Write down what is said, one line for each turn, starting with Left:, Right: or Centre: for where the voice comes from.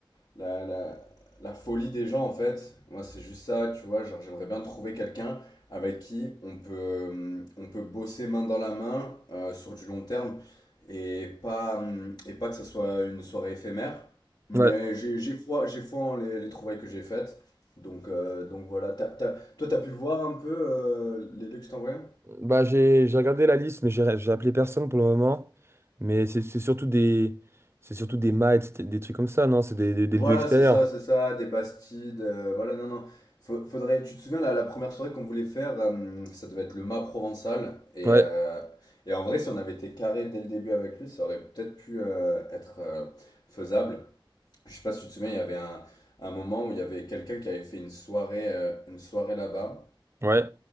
Left: la, la, la folie des gens en fait. Moi, c'est juste ça, tu vois. Genre, j'aimerais bien trouver quelqu'un avec qui on peut, euh, on peut bosser main dans la main euh, sur du long terme et pas, hum, et pas que ça soit une soirée éphémère. Mais
Right: Ouais.
Left: j'ai, j'ai foi, j'ai foi en les, les trouvailles que j'ai faites. Donc, euh, donc voilà, t'as, t'as- toi, t'as pu voir un peu euh, les lieux que je t'envoyais
Right: Bah, j'ai j'ai regardé la liste, mais j'ai j'ai appelé personne pour le moment. Mais c'est c'est surtout des c'est surtout des mites, des trucs comme ça, non? C'est des, des des
Left: Voilà,
Right: lieux extérieurs.
Left: c'est ça, c'est ça, des Bastides, euh, voilà, non, non. Fa- Faudrait, tu te souviens, la, la première soirée qu'on voulait faire, euh, ça devait être le mât provençal. Et,
Right: Ouais.
Left: euh, et en vrai, si on avait été carré dès le début avec lui, ça aurait peut-être pu euh, être euh, faisable. Je sais pas si tu te souviens, il y avait un, un moment où il y avait quelqu'un qui avait fait une soirée, euh, une soirée là-bas.
Right: Ouais.